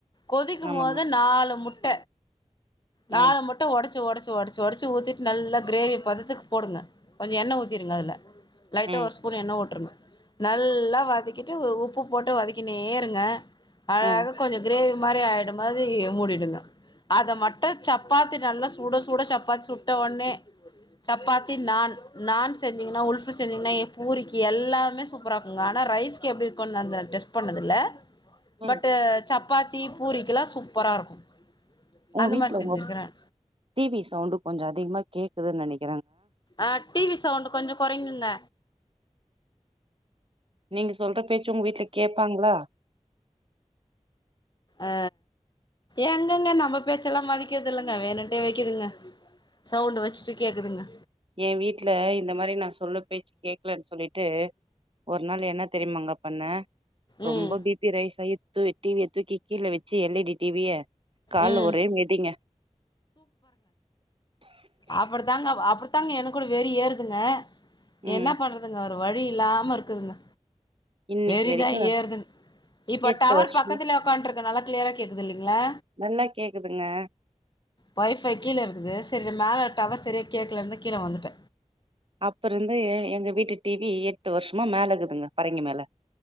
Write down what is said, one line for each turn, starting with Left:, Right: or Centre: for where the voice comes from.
Left: கொதிகு
Right: ஆமாங்க
Left: போது நாலு முட்ட
Right: ம்
Left: நாலு முட்ட ஒடச்சு ஒடச்சு ஒடச்சு ஒடச்சு ஊதிடு நல்லா கிரேவி பததுகு போடுங்க கொஞ்ச எண்ண ஊதிருங்க அதுல லைட்டா
Right: ம்
Left: ஒரு ஸ்பூன் எண்ண உட்ரணு நல்லா வதகிட்டு உப்பு போட்டு வதகினேருங்க அழகா
Right: ம்
Left: கொஞ்ச கிரேவி மாரி ஆயி இந்த மாரி மூடிடுங்க அத மட்டு சப்பாத்தி நல்லா சுட சுட சப்பாத்தி சுட்ட ஒன்னே சப்பாத்தி நாண் நாண் செஞ்சீங்கனா உல்ஃப்பு செஞ்சீங்கனா பூரிக்கு எல்லாமே சூப்பரா இருக்குங்க ஆனா ரைஸ்கு எப்டி இருக்குன் அந்த டெஸ்ட் பண்ணதில்ல
Right: ம்
Left: பட்டு சப் சப்பாத்தி பூரிகெல்லா சூப்பரா இருக்கு
Right: உங்க
Left: அந்த
Right: வீட்ல
Left: மாரி செஞ்சிருக்கிறே
Right: உங்க டிவி சவுண்டு கொஞ்சோ அதிகமா கேகுதுன் நெனைக்
Left: ஆ டிவி சவுண்டு கொஞ்சோ கொறைங்கங்க
Right: நீங்க சொல்ற பேசு உங்க வீட்ல கேப்பாங்களா
Left: அ எங்கங்க நம்ம பேச்சல்லாம் மதிகதில்லங்க வேணுன்டே வெக்குதுங்க சவுண்டு வெச்சுட்டு கேக்குதுங்க
Right: எ வீட்ல இந்த மாரி நா சொல்ல பேச்சு கேக்லன் சொல்லிட்டு ஒரு நாள் என்ன தெரியுமாங்க பண்ண ரொம்போ
Left: ம்
Right: பிபி ரெயிஸ் ஆயி தூவி டிவிய தூக்கி கீழ வெச்சு எல் இ டி டிவிய கால்ல
Left: ம்
Right: ஒரே மிதிங்க
Left: அப்புடித்தாங்க வா அப்புடித்தாங்க எனக் கூட வெறி ஏறுதுங்க
Right: ம்
Left: என்ன பண்றதுங்க வேற வழி இல்லாம இருக்குதுங்க
Right: இன்னைக்கு
Left: வெறிதா
Right: வரைக்கு
Left: ஏறதுங் இப்ப
Right: எட்டு
Left: டவர்
Right: வருஷமா
Left: பக்கத்துல உக்கான்டுருக்க நல்லா க்ளியரா கேக்குது இல்லிங் ங்களா
Right: நல்லா கேக்குதுங்க
Left: வொஃப்பை கீழ இருக்குது செர் இங்க மேல டவர் செரியா கேக்குலன்தா கீழ வந்துட்ட
Right: அப்ப இருந்து எ எங்க வீட்டு டிவி எட் டு வருஷமா மேலக்குதுங்க பறங்கி மேல